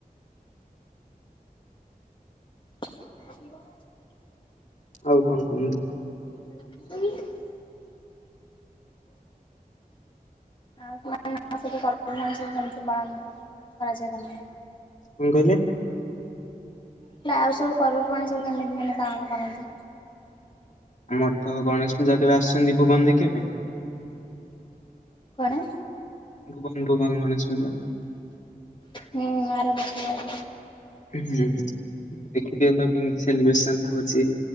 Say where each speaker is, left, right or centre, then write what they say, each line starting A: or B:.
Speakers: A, on the left (about 30°); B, on the left (about 50°).
A: <inaudible>
B: ଆଉ କଣ କୁହନ୍ତୁ।
A: <inaudible> ଆ ସ ସବୁ କେମିତି କରାଯାଏ ତମର <unintelligible>
B: କଣ କହିଲେ?
A: ହେଲେ ଆଉ ସବୁ ପର୍ବପର୍ବାଣୀ ସବୁ କେମିତି ମାନେ ପାଳନ କରନ୍ତି?
B: ଆମର ତ ଗଣେଶ ପୂଜା କେବେ ଆସିଚନ୍ତି ଭୁବନ ଦେଖିବା ପାଇଁ?
A: କୁଆଡ଼େ
B: ଭୁବନ ଭୁବନ ଗଣେଶ ପୂଜା।
A: ହୁଁ ଆର ବର୍ଷ ଯାଇଥିଲି।
B: ହୁଁ ଉଁ। ଦେଖଥିବେ ତ କେମିତି ସେଲିବ୍ରେସନ ହଉଚି